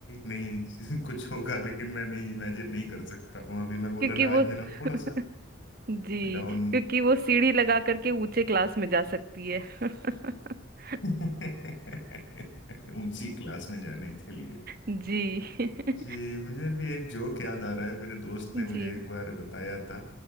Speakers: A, on the left; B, on the right.
A: नहीं <laughs> कुछ होगा लेकिन मैं नहीं इमेजिन नहीं कर सकता हूँ अभी मैं बोला
B: क्योंकि
A: ना
B: वो
A: आज
B: <laughs>
A: मेरा थोड़ा सा
B: जी
A: डाउन
B: क्योंकि वो सीढ़ी लगा करके ऊंचे क्लास में जा सकती है <laughs>
A: <laughs> ऊंची क्लास में जाने के लिए
B: जी <laughs>
A: जी मुझे भी एक जोक याद आ रहा है मेरे दोस्त ने मुझे
B: जी
A: एक बार बताया था